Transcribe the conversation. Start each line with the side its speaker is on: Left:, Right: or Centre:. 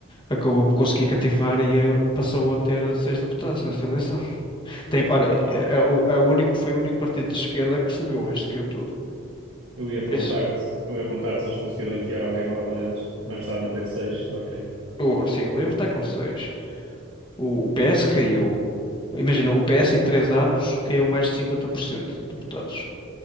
Left: acabou por conseguir cativar e eh, passou a ter seis deputados nesta eleição. Tem, olha,
Right: Ok.
Left: é, é o, é o único, foi o único partido de esquerda que subiu, o resto caiu tudo.
Right: Eu ia perguntar-te,
Left: Esse,
Right: eu ia perguntar-te se eles conseguiram enfiar alguém lá para dentro, mas estás-me a dizer que seis, ok.
Left: o, assim, o LIVRE está com seis. O, o PS caiu. Imagina, o PS em três anos caiu mais de 50% de deputados.